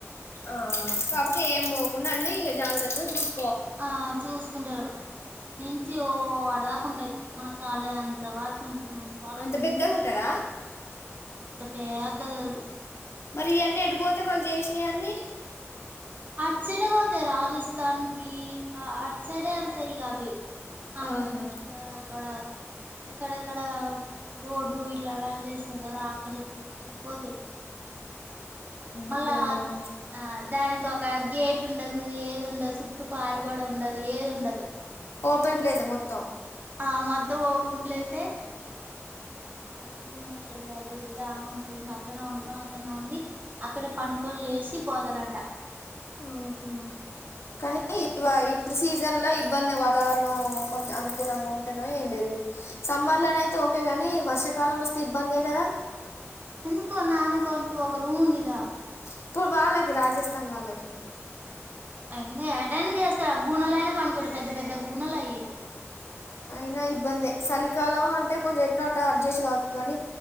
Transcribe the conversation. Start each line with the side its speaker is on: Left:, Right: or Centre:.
Left: ఆహ్ కాకపోతే ఏం పోకుండా అన్ని జాగ్రత్తగా చూస్
Right: ఆహ్ చూస్ కుంటారు. ఈ నుంచి ఓ ఆడదాకుంటాయి మన కాలెజ్ అంత వరకు ఉంటది. మన కాలేజ్
Left: అంత పెద్దగా ఉంటద.
Right: త పేద్దదది
Left: మరి ఇయన్నీ ఎటు పోతయి వాళ్ళు చేసినయి అన్నీ
Right: అటుసైడే పోతయి రాజస్థాన్ కి అటుసైడే ఎళ్తయి ఇగ అవి ఆ
Left: ఆహా
Right: ఇక్కడ అక్కడ ఎక్కడెక్కడ రోడ్లు ఇట్ల రాజేస్తరు కదా అక్కడికక్కడికి వెళ్ళిపోతై మళ్ళా
Left: ఇక్కడ ఉండవు
Right: ఆ దా కో ఒక గేట్ ఉండదు ఏది ఉండదు చుట్టూ పారు గోడ ఉండదు ఏదుండదు
Left: ఓపెన్ ప్లేసే మొత్తం
Right: ఆ మొత్తం ఓపెన్ ప్లేసే ఆ భుమోలిగ తిరు తా వుంటరు ఇంగ అక్కడ వండుకొని, అక్కడనే ఉండి, అక్కడ పండుకొని లేసి పోతరంట.
Left: ఆ హా కానీ <inaudible> ఇప్పుడు సీజన్ల ఇబ్బంది వాతావరణము కొంచం అనుకూలంగా ఉంటేనో ఏం లేదు. సమ్మర్ లోనైతే ఓకే గాని వర్షాకాలం వస్తే ఇబ్బందే కదా.
Right: ఎందుకు నాన్నకు అంటూ ఒక రూమ్ ఉందిగా?
Left: ఇప్పుడు వాళ్ళకి రాజస్థాన్ వాళ్ళకి
Right: ఇంగ ఏటైనా చేస్తరు ఆ గూనలయినా పండుకుంటరు పెద్ద పెద్ద గూనలు అయి
Left: అయిన ఇబ్బందే సలికాలం అంటే కొంచెం ఎట్నో అట్ట అడ్జస్ట్ కా <inaudible> కాని